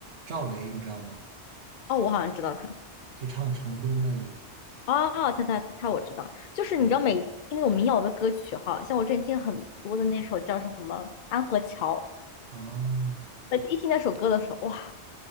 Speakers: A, on the right; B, on the left.
A: 赵雷，你知道吗？
B: 哦，我好像知道他。
A: 就唱《成都》那个，
B: 哦，他他他他，我知道，就是你知道，
A: 是吧？
B: 每次听那种民谣的歌曲哈，像我之前听很多的那首叫什么《安河桥》，
A: 啊，
B: 呃，一听那首歌的时候，哇，